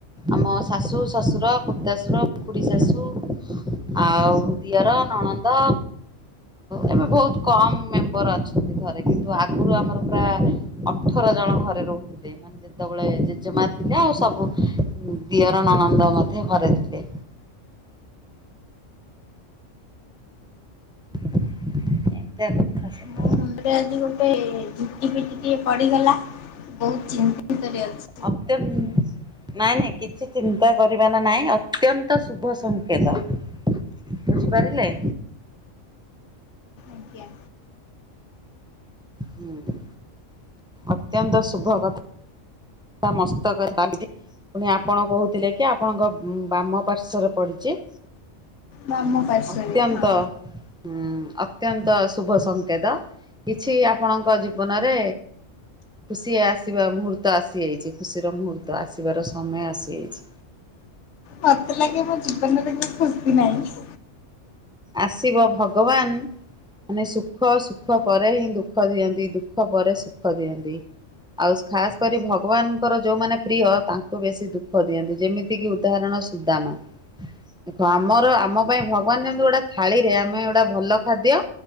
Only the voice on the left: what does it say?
ମୋ
ମୁଣ୍ଡରେ ଆଜି ଗୋଟେ ଝିଟି ପିଟି ଟିକେ ପଡିଗଲା ବହୁତ ଚିନ୍ତିନ୍ତରେ ଅଛି।
ଆଜ୍ଞା।
ବାମ ପାର୍ଶ୍ଵରେ
ହଁ
ମତେ ଲାଗେ ମୋ ଜୀବନରେ କେବେ ଖୁସି ନାହିଁ।